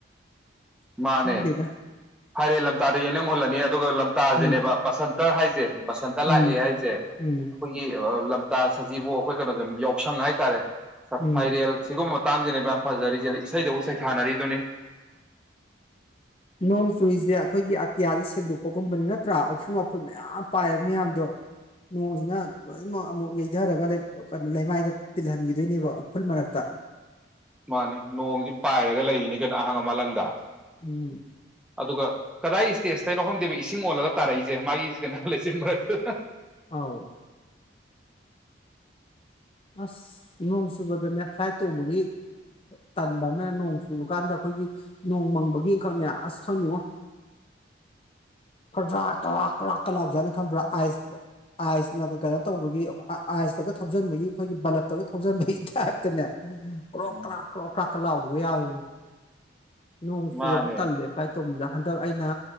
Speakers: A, in the centre; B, on the left (about 30°).
A: ꯃꯥꯅꯦ
B: ꯈꯪꯗꯦꯗ
A: ꯐꯥꯏꯔꯦꯜ ꯂꯝꯇꯥꯗ ꯌꯦꯅꯤꯡ ꯍꯨꯜꯂꯅꯤ ꯑꯗꯨꯒ ꯂꯝꯇꯥꯁꯤꯅꯦꯕ
B: ꯎꯝ
A: ꯕꯁꯟ ꯇ ꯍꯥꯏꯖꯦ ꯕꯁꯟꯇ
B: ꯎꯝ
A: ꯂꯥꯛꯑꯦ ꯍꯥꯏꯁꯦ ꯑꯩꯈꯣꯏꯒꯤ
B: ꯎꯝ
A: ꯑ ꯂꯝ ꯇꯥ ꯁꯖꯤꯕꯨ ꯑꯩꯈꯣꯏ ꯀꯩꯅꯣꯗ ꯌꯥꯎꯁꯪ ꯍꯥꯏꯇꯔꯦ ꯐ-ꯐꯥꯏꯔꯦꯜ
B: ꯎꯝ
A: ꯁꯤꯒꯨꯝꯕ ꯃꯇꯥꯡꯁꯤꯅꯦꯕ ꯌꯥꯝ ꯐꯖꯔꯤꯖ ꯏꯁꯩꯗꯕꯨ ꯁꯩ ꯊꯥꯅꯔꯤ ꯗꯨꯅꯤ
B: ꯅꯣꯡ ꯆꯨꯔꯤꯁꯦ ꯑꯈꯣꯏꯒꯤ ꯑꯇꯤꯌꯥꯁꯦ ꯁꯦꯡꯗꯣꯛꯄꯒꯨꯝꯕꯅꯤ ꯅꯠꯇ꯭ꯔ ꯎꯐꯨꯜ ꯋꯥꯐꯨꯜ ꯃꯌꯥꯝ ꯄꯥꯏꯕ ꯃꯌꯥꯝꯗꯣ ꯅꯣꯡꯁꯤꯅ ꯂꯣꯏꯅꯃꯛ ꯑꯃꯨꯛ ꯌꯩꯗꯔꯒ ꯂꯩ-ꯑ-ꯂꯩꯃꯥꯏꯗ ꯇꯤꯜꯍꯟꯒꯤꯗꯣꯏꯅꯦꯕ ꯎꯐꯨꯜ ꯃꯔꯛꯇ
A: ꯃꯥꯅꯦ ꯅꯣꯡꯁꯤ ꯄꯥꯏꯔꯒ ꯂꯩꯔꯤꯅꯤ ꯀꯩꯅꯣ ꯑꯍꯥꯡꯕ ꯃꯥꯂꯪꯗ
B: ꯎꯝ
A: ꯑꯗꯨꯒ ꯀꯗꯥꯏ ꯁ꯭ꯇꯦꯖꯇꯩꯅꯣ ꯈꯪꯗꯦꯕ ꯏꯁꯤꯡ ꯑꯣꯜꯂꯒ ꯇꯥꯔꯛꯏꯁꯦ ꯃꯥꯒꯤ ꯀꯩꯅꯣ ꯂꯩꯆꯤꯟ ꯃꯔꯛꯇ
B: ꯑꯥꯎ ꯑꯁ ꯅꯣꯡ ꯆꯨꯕꯗꯅꯦ ꯐ꯭ꯂꯥꯏꯠ ꯇꯣꯡꯕꯒꯤ ꯇꯟꯕ ꯑꯃꯅ ꯅꯣꯡ ꯆꯨꯕ ꯀꯥꯟꯗ ꯑꯈꯣꯏꯒꯤ ꯅꯣꯡ ꯃꯪꯕꯒꯤ ꯑꯃꯈꯛꯅꯦ ꯑꯁ ꯈꯪꯗꯦꯉꯣ ꯀꯗ꯭ꯔꯥꯛ ꯀꯔꯥꯛ ꯀꯔꯥꯛ ꯀ ꯂꯥꯎꯖꯥꯠꯅꯦ ꯈꯟꯕ꯭ꯔ ꯑꯥꯏꯁ ꯑꯥꯏꯁꯅ ꯀꯩꯅꯣ ꯇꯧꯕꯒꯤ ꯑꯥꯏꯁꯇꯒ ꯊꯧꯖꯟꯕꯒꯤ ꯑꯩꯈꯣꯏꯒꯤ ꯕꯂꯞꯇꯒ ꯊꯧꯖꯤꯟꯕꯒꯤ ꯇꯥꯏꯞꯇꯅꯦ ꯀ꯭ꯔꯣꯛ
A: ꯎꯝ
B: ꯀ꯭ꯔꯥꯛ ꯀ꯭ꯔꯣꯛ ꯀ꯭ꯔꯥꯛꯀ ꯂꯥꯎꯕꯒ ꯌꯥꯎꯋꯦ ꯅꯣꯡ ꯆꯨꯔꯗꯤ
A: ꯃꯥꯅꯦ
B: ꯇꯜꯂꯦ ꯐ꯭ꯂꯥꯏꯠ ꯇꯣꯡꯕꯒ ꯍꯟꯗꯛ ꯑꯩꯅ